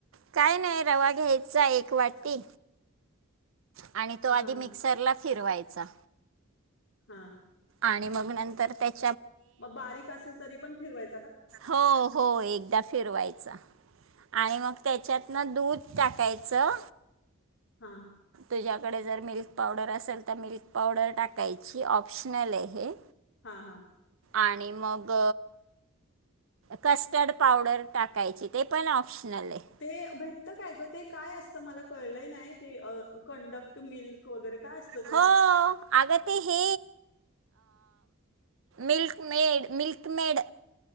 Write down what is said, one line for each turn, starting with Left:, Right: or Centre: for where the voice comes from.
Right: काय नाही. रवा घ्यायचा एक वाटी, आणि तो
Left: हा
Right: आधी मिक्सरला फिरवायचा.
Left: हां.
Right: आणि मग नंतर त्या
Left: मग बारीक असेल तरी पण फिरवाय
Right: हो हो, एकदा फिरवायचा आणि मग त्याच्यात ना दूध टाकायचं.
Left: हां.
Right: तुझ्याकडे जर मिल्क पावडर असेल तर मिल्क पावडर टाकायची, ऑप्शनल आहे.
Left: हां हां.
Right: आणि मग कस्टड पावडर टाकायची ते पण ऑप्शनल आहे
Left: ते भेटत काय ग ते काय असतं मला कळलंय नाही ते अ कंडक्ट मिल्क वगैरे काय असतं ते
Right: हो आग ते हे मिल्क मेड मिल्क मेड